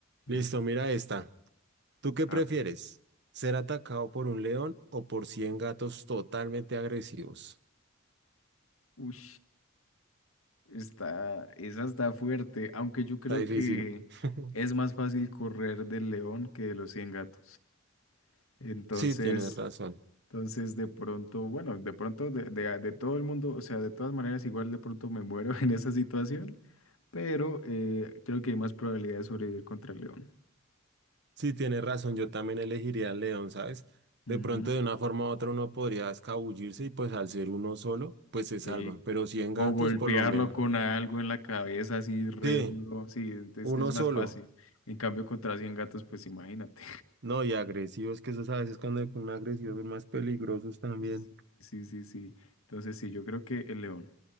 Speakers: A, on the right; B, on the left.
A: Listo,
B: Mm.
A: mira esta. ¿Tú qué
B: A
A: prefieres?
B: ver.
A: ¿Ser atacado por un león o por 100 gatos totalmente agresivos?
B: Uy, está, esa está fuerte, aunque yo creo
A: Está difícil.
B: que
A: <laughs>
B: es más fácil correr del león que de los 100 gatos. Entonces,
A: Sí, tienes razón.
B: entonces de pronto, bueno, de pronto de, de, de todo el mundo, o sea, de todas maneras, igual de pronto me muero <laughs> en esa situación, pero eh, creo que hay más probabilidad de sobrevivir contra el león.
A: Sí, tienes razón. Yo también elegiría al león, ¿sabes?
B: Ujú.
A: De pronto, de una forma u otra, uno podría escabullirse y pues al ser uno solo, pues se salva.
B: Sí,
A: Pero 100
B: O
A: gatos,
B: golpearlo
A: por lo menos.
B: con
A: ¿no?
B: algo en la cabeza así re
A: Sí,
B: duro. Sí, es
A: uno
B: que es
A: solo.
B: más fácil. En cambio, contra 100 gatos, pues imagínate.
A: No, y agresivos, que esos a veces cuando se ponen agresivos son más peligrosos también.
B: <laughs> Sí, sí, sí. sí. Entonces, sí, yo creo que el león.